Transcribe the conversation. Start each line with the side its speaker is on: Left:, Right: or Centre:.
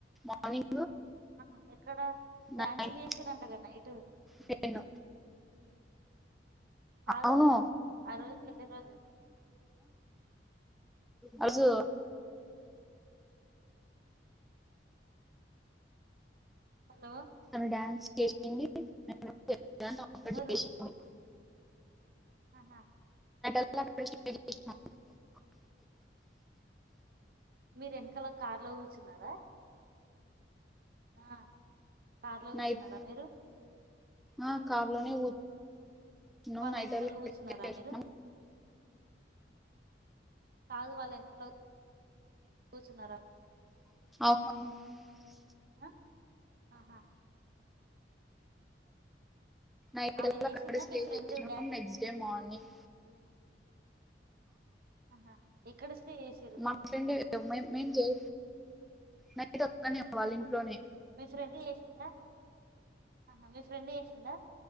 Centre: మార్నింగ్
Right: హు ఎక్కడ డ్యాన్సులు
Centre: నైన్
Right: చేసార్రు అంటా కదా నైటు
Centre: టెన్
Right: కాదు
Centre: అవును
Right: ఆ రోజు పెళ్లి రోజు
Centre: ఆ రోజు
Right: హలో
Centre: అ డ్యాన్స్ చేసి <unintelligible> <unintelligible>
Right: ఎవరు
Centre: చేసినం
Right: ఆహా
Centre: <unintelligible>
Right: మీరు వెనకలో కార్లో కూర్చున్నారా ఆ కార్లో కూర్చున్నారా
Centre: నైట్
Right: మీరు
Centre: ఆ కార్ లోనే కూర్చున్నాం
Right: వాళ్ళు
Centre: నైట్
Right: వెనకాల
Centre: అల్లా అక్కడ
Right: కూర్చున్నారా
Centre: చేసినాం.
Right: మీరు కాదు వాళ్ళ వెనకాల కూర్చున్నారా
Centre: <unintelligible>
Right: ఆ ఆహా
Centre: నైట్
Right: ఆమె
Centre: <unintelligible>
Right: చేసిందా మీ friend dance
Centre: next day morning
Right: ఆహా ఎక్కడ స్టే చేసిరు
Centre: మా ఫ్రెండ్ మేము చేయ నైట్ అక్కడనే వాళ్ళ ఇంట్లోనే
Right: మీ ఫ్రెండ్ చేసిందా ఆహా మీ ఫ్రెండ్ చేసిందా